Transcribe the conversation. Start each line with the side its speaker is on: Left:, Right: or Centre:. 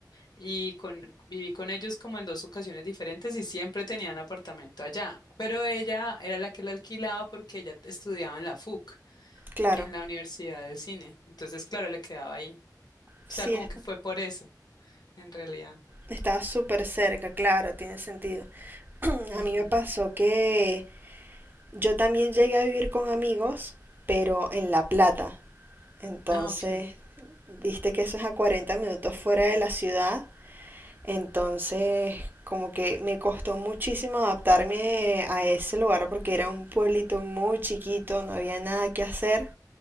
Left: Y con, viví con ellos como en dos ocasiones diferentes y siempre tenían apartamento allá, pero ella era la que la alquilaba porque ella estudiaba en la FUC,
Right: claro.
Left: en la Universidad del Cine. Entonces, claro, le quedaba ahí.
Right: Sí,
Left: O sea, como
Right: está.
Left: que fue por eso, en realidad.
Right: Estaba súper cerca, claro, tiene sentido. <clears throat>
Left: Ujú.
Right: A mí me pasó que yo también llegué a vivir con amigos, pero en La Plata. Entonces,
Left: Ah, ok.
Right: viste que eso es a 40 minutos fuera de la ciudad Entonces, como que me costó muchísimo adaptarme a ese lugar porque era un pueblito muy chiquito, no había nada que hacer.